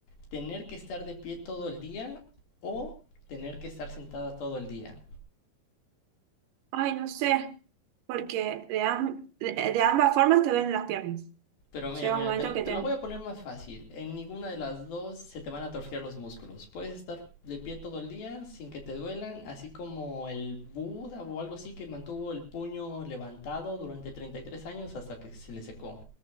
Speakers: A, on the left; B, on the right.
A: tener que estar de pie todo el día o tener que estar sentada todo el día.
B: Ay, no sé, porque de, am- de, de ambas formas te duelen las piernas.
A: Pero mira,
B: Llega
A: mira,
B: un momento
A: te,
B: que te...
A: te la voy a poner más fácil. En ninguna de las dos se te van a torcer los músculos. Puedes estar de pie todo el día sin que te duelan, así como el Buda o algo así que mantuvo el puño levantado durante 33 años hasta que se le secó.